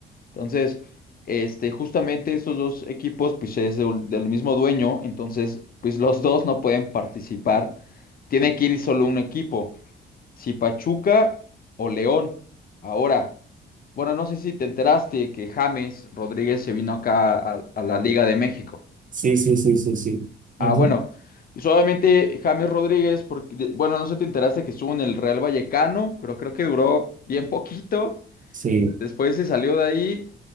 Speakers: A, on the left; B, on the right.
A: Entonces, este, justamente estos dos equipos, pues es del, del mismo dueño, entonces, pues los dos no pueden participar. Tiene que ir solo un equipo, si Pachuca o León. Ahora, bueno, no sé si te enteraste que James Rodríguez se vino acá a a la Liga de México.
B: Sí, sí, sí, sí, sí,
A: Ah,
B: sí.
A: bueno, solamente James Rodríguez, porque, de- bueno, no sé si te enteraste que estuvo en el Real Vallecano, pero creo que duró bien poquito.
B: Sí,
A: Después se salió de ahí